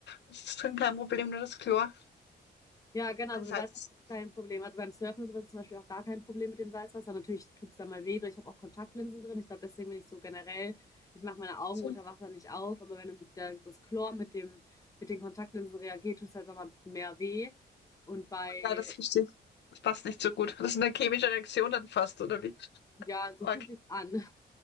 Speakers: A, on the left; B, on the left.
A: Das ist kein kein Problem, nur das Chlor.
B: Ja, genau,
A: Weil
B: also
A: Salz
B: mit Salzwasser
A: ist.
B: ist kein Problem. Also beim Surfen und sowas ist zum Beispiel auch gar kein Problem mit dem Salzwasser. Natürlich tut's es da mal weh, durch. ich habe auch Kontaktlinsen drin. Ich glaube, deswegen bin ich so generell, ich mache meine Augen
A: so-
B: unter Wasser nicht auf, aber wenn der, das Chlor mit dem, mit den Kontaktlinsen reagiert, tut's es halt nochmal mehr weh. Und bei,
A: Ja, das verstehe ich. Das passt nicht so gut. Das ist eine chemische Reaktion dann fast, oder wie?
B: ja, so
A: Okay.
B: fühlt sich an.